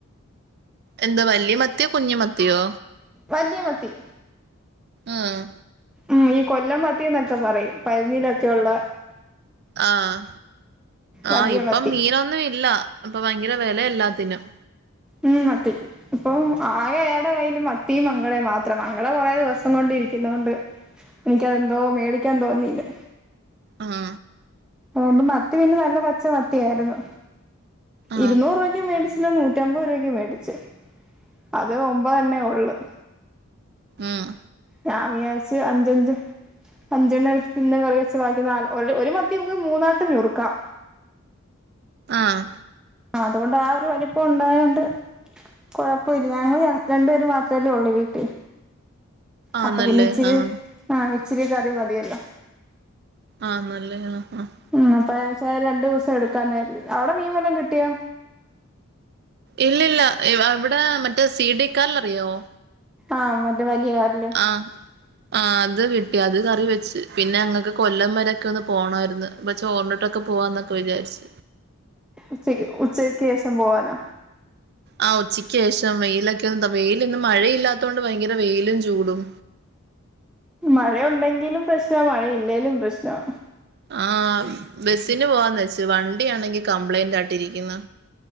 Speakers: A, on the right; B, in the centre.
A: എന്തോ വല്യ മത്തിയോ കുഞ്ഞ് മത്തിയോ?
B: വല്യ മത്തി
A: ആഹ്
B: ഉം ഈ കൊല്ലം മത്തി എന്നൊക്കെ പറയും പരിഞ്ഞിലൊക്കെ ഒള്ള
A: ആഹ്
B: വലിയ
A: ആഹ് ഇപ്പം
B: മത്തി
A: മീനൊന്നും ഇല്ല ഇപ്പൊ ഭയങ്കര വെലയാ എല്ലാത്തിനും
B: ഉം മത്തി ഇപ്പം ആകെ അയാടെ കൈയ്യില് മത്തിയും മങ്കടെം മാത്രം മങ്കട കൊറെ ദിവസം കൊണ്ടിരിക്കുന്നോണ്ട് എനിക്കതെന്തോ മേടിക്കാൻ തോന്നില്ലാ
A: ആഹ്
B: അതുകൊണ്ട് മത്തി പിന്നെ നല്ല പച്ച മത്തിയാരുന്നു
A: ആഹ്
B: ഇരുന്നൂറ് രൂപക്ക്‌ മേടിച് കിലോ നൂറ്റമ്പത് രൂപയ്ക്ക് മേടിച്ച് അത് ഒമ്പതണ്ണേ ഒള്ള്
A: ആഹ്
B: ഞാൻ വിചാരിച്ച് അഞ്ച് അഞ്ച് അഞ്ചെണ്ണം എടുത്ത് ഇന്ന് കറി വെച്ച് ബാക്കി നാല് ഒരു ഒരു മത്തി നമുക്ക്‌ മൂന്നായിട്ട് ഞുറുക്കാം
A: ആഹ്
B: ആഹ് അതുകൊണ്ട് ആ ഒരു വലിപ്പം ഉണ്ടായോണ്ട് കൊഴപ്പവില്ല ഞങ്ങള് ര രണ്ട് പേര് മാത്രവല്ലേ ഉള്ളൂ വീട്ടിൽ
A: ആന്നല്ലേ
B: അപ്പ പിന്നെ ഇച്ചിരി
A: ആഹ്
B: ആഹ് ഇച്ചിരി കറി മതിയല്ലോ
A: ആഹ് നല്ലയാ ആഹ് ആഹ്
B: ഉം അപ്പ വെച്ചാല് ഒരു രണ്ട് ദിവസം എടുക്കാന്ന് കരുതി അവിടെ മീൻ വല്ലോം കിട്ടിയോ
A: ഇല്ലില്ല ഇവ അവിടെ മറ്റേ സിഡിക്കാൽ അറിയാവൊ
B: ആഹ് മറ്റേ വലിയ കാല് അല്ലേ
A: ആഹ് ആഹ് അത് കിട്ടി അത് കറി വെച്ച് പിന്നെ ഞങ്ങക്ക് കൊല്ലം വരെയൊക്കെ ഒന്ന് പോണാരുന്ന് അപ്പോ ചോറ് ഉണ്ടിട്ടൊക്കെ പോവാന്നൊക്കെ വിചാരിച്ച്
B: ഉച്ചക്ക് ഉച്ചക്ക് ശേഷം പോവാനോ
A: ആഹ് ഉച്ചക്ക് ശേഷം വെയിലൊക്കെ ഒന്ന് ത വെയിലിന്ന് മഴയില്ലാത്ത കൊണ്ട് ഭയങ്കര വെയിലും ചൂടും
B: മഴ ഒണ്ടെങ്കിലും പ്രശ്നവാ മഴ ഇല്ലേലും പ്രശ്നവാ
A: ആഹ് ബസിന് പോവാന്ന് വെച്ച് വണ്ടി ആണെങ്കി കംപ്ലൈയിന്റ് ആയിട്ട് ഇരിക്കുന്ന്